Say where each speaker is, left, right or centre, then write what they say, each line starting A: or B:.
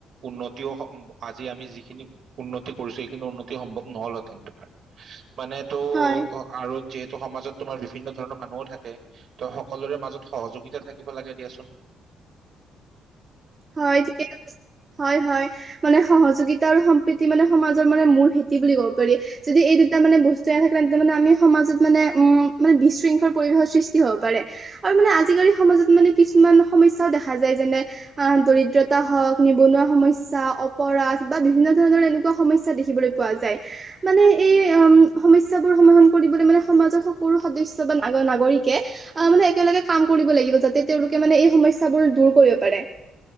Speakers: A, on the right (about 60°); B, on the right (about 35°).
A: উন আজি আমি যিখিনি উন্নতি কৰিছো সেইখিনি উন্নতি সম্ভৱ নহলহেঁতেন তোমাৰ। মানে টো
B: হয়
A: আৰু যে ত সমাজত তোমাৰ বিভিন্ন ধৰণৰ মানুহো থাকে। তই সকলোৰে মাজত সহযোগিতা থাকিব লাগে দিয়াচোন। উ
B: হয় ঠিকে হয় হয় মানে সহযোগিতা আৰু সম্প্ৰীতি মানে সমাজৰ মানে মূল ভেটি বুলি ক'ব পাৰি যদি এই দুটা মানে বস্তু থাকে। তাৰ মানে আমি সমাজত মানে উ মানে বিশৃংখল পৰিৱেশৰ সৃষ্টি হ'ব পাৰে আৰু মানে আজিকালি সমাজত মানে কিছুমান সমস্যাও দেখা যায় যেনে অ দৰিদ্ৰতা হওক নিবনুৱা সমস্যা অপৰাধ বা বিভিন্ন ধৰণৰ এনেকুৱা সমস্যা দেখিবলৈ পোৱা যায় মানে এই উম সমস্যা বোৰ সমাধান কৰিবলৈ মানে সমাজৰ সকলো সদস্য বা নাগৰিক নাগৰিকে আহ মানে একেলগে কাম কৰিব লাগিব যাতে তেওঁলোকে মানে এই সমস্যাবোৰ দূৰ কৰিব পাৰে